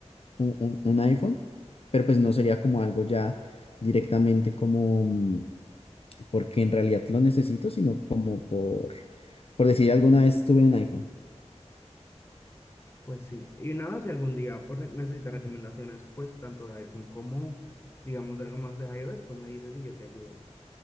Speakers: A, on the left; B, on the left.
A: un, un- un iPhone, pero pues no sería como algo ya directamente como mm, porque en realidad lo necesito, sino como por, por decir alguna vez tuve un iPhone.
B: Pues sí. Y nada, si algún día Apple re- necesita recomendaciones, pues tanto de iPhone como, digamos, algo más de iOS, tú me dices y yo te ayudo.